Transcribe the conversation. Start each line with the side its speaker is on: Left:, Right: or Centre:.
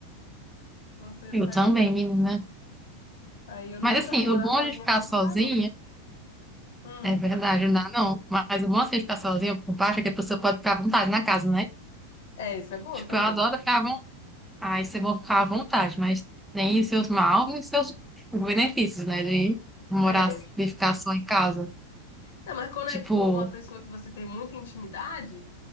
Left: Nossa, eu ia
Centre: Eu
Left: ficar
Centre: também,
Left: agoniada.
Centre: menina.
Left: Aí eu nunca
Centre: Mas assim,
Left: morar
Centre: o bom
Left: sozinha
Centre: de ficar
Left: mesmo
Centre: sozinha,
Left: não dá, não. Hum,
Centre: é verdade, não dá não. Mas o bom assim, de ficar sozinha, por baixo, é que a pessoa pode ficar à vontade na casa, né?
Left: é, isso é bom
Centre: Tipo,
Left: também.
Centre: eu adoro ficar à vontade. Aí você vai ficar à vontade, mas tem os seus maus e os seus benefícios, né? De morar,
Left: É.
Centre: de ficar só em casa.
Left: É, mas quando
Centre: Tipo,
Left: é tipo uma pessoa que você tem muita intimidade,